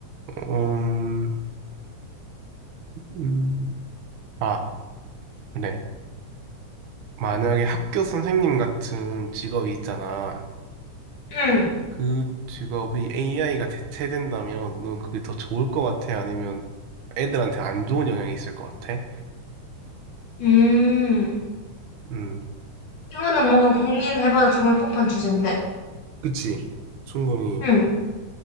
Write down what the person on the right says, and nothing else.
음, 음, 아, 그래. 만약에 학교 선생님 같은 직업이 있잖아.
그 직업이 AI가 대체된다면, 넌 그게 더 좋을 것 같아? 아니면 애들한테 안 좋은 영향이 있을 것 같아?
음,
그치. 충분히.